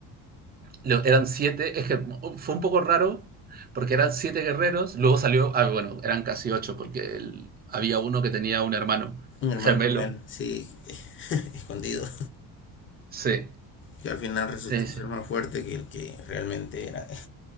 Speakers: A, on the right (about 25°); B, on the left (about 30°).
A: Lo- eran siete, es que oh, fue un poco raro porque eran siete guerreros, luego salió, ah, bueno, eran casi ocho porque el- había uno que tenía un hermano
B: Un hermano
A: gemelo.
B: gemelo, sí, <laughs> escondido.
A: Sí,
B: Que al final resultó
A: sí, sí.
B: ser más fuerte que el que realmente era